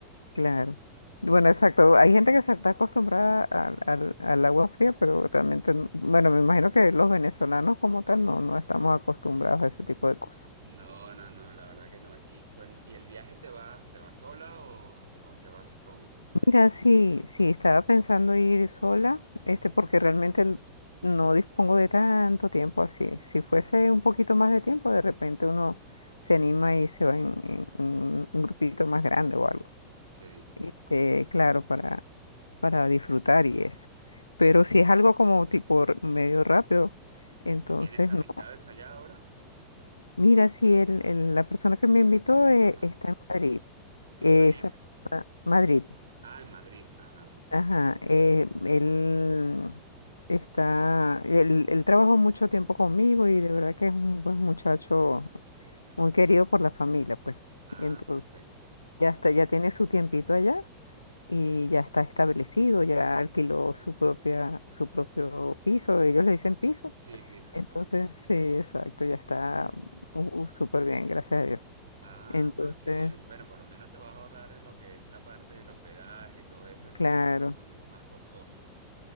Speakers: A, on the left; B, on the right.
A: Claro. Bueno, exacto. Hay gente que se está acostumbrada al, al- al agua fría, pero realmente, no- bueno, me imagino que los venezolanos como tal no, no estamos acostumbrados a ese tipo de cosas.
B: No, no, no, la verdad que no. ¿Y, cuan- y el viaje te vas, te vas sola o, o te vas con, con- e-?
A: Mira, sí, sí, estaba pensando ir sola, este, porque realmente n- no dispongo de tanto tiempo así. Si fuese
B: Ajá.
A: un poquito más de tiempo, de repente uno se anima y se va en, en- en un un grupito más grande o algo.
B: Sí.
A: este, claro, para, para disfrutar y eso. Pero si es algo como tipo r- medio rápido, entonces
B: ¿Y tienes amistades
A: no.
B: allá ahora?
A: Mira, si el, el- la persona que me invitó eh,
B: Ajá.
A: está en Madrid,
B: ¿En
A: esa,
B: París?
A: ma- Madrid,
B: Ah, en Madrid, ajá.
A: ajá, eh, él está, él, él trabajó mucho tiempo conmigo y de verdad que es un buen muchacho, muy querido por la familia, pues.
B: Ah,
A: Entonces,
B: perfecto. Ah.
A: ya está, ya tiene su tiempito allá y ya está establecido, ya alquiló su propia, su propio piso, ellos le dicen piso.
B: Sí, pisos.
A: Entonces,
B: ajá.
A: sí, exacto, ya está uh, uh, súper bien, gracias a Dios.
B: Ah,
A: Entonces,
B: bueno, qué bien. Bueno, por lo menos te vas a ahorrar lo que es la parte del hospedaje y todo eso, que
A: claro,
B: creo que es lo lo más costoso.